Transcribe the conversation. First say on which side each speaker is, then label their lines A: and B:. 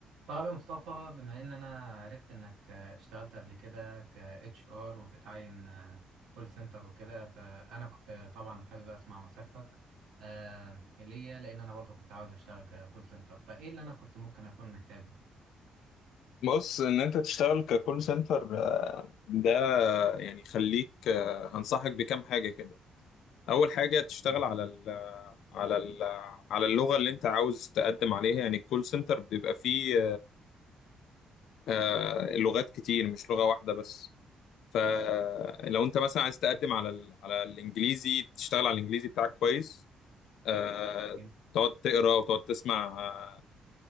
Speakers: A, on the right; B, on the left.
A: طيب يا مصطفى بما ان انا عرفت انك آه، اشتغلت قبل كده ك اتش ار وبتعين كول سنتر وكده فانا كنت طبعا حابب اسمع نصيحتك آه، ليا لان انا برضو كنت عاوز اشتغل ككول سنتر فايه اللي انا كنت ممكن اكون محتاجه
B: بص ان انت تشتغل ككول سنتر ده يعني خليك آه، هنصحك بكام حاجه كده اول حاجه تشتغل
A: جميل
B: على ال على ال على اللغه اللي انت عاوز تقدم عليها يعني الكول سنتر بيبقى فيه آه، لغات كتير مش لغه واحده بس فلو انت مثلا عايز تقدم على ال على الانجليزي تشتغل على الانجليزي بتاعك كويس آه،
A: جميل
B: تقعد تقرا وتقعد تسمع آه،